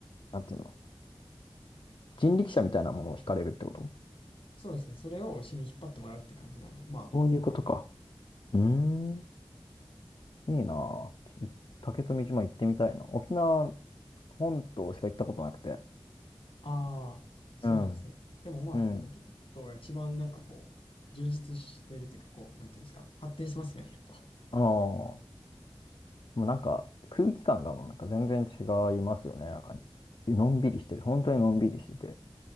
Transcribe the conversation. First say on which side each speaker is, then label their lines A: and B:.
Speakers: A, on the left; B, on the left.
A: なんていうの、人力車みたいなものを引かれるってこと
B: そうですね。それを牛に引っ張ってもらうって感じなんでまあ。
A: そういうことか。うーん、いいなあちょっとい竹富島行ってみたいな。沖縄本島しか行ったことなくて。
B: ああ、そうなんですね。
A: うん。
B: でもまあ沖縄本島が一番なんかこう充実してるっていうかこうなんていうんですか発展しますよねやっぱ。
A: うん。ああ、もうなんか空気感がもうなんか全然違いますよね。なんか、のんびりしてる。本当にのんびりしてて。